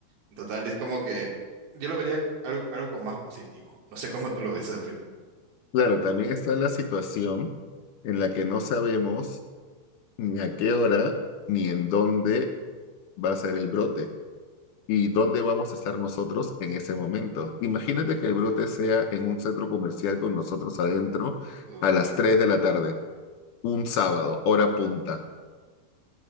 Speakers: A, on the right (about 75°); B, on the left (about 70°).
A: En total, es como que yo lo vería algo, algo como más positivo. No sé cómo tú lo ves al fin.
B: claro, también está la situación en la que no sabemos ni a qué hora ni en dónde va a ser el brote y dónde vamos a estar nosotros en ese momento. Imagínate que el brote sea en un centro comercial con nosotros adentro
A: Uy.
B: a las 3 de la tarde, un sábado, hora punta.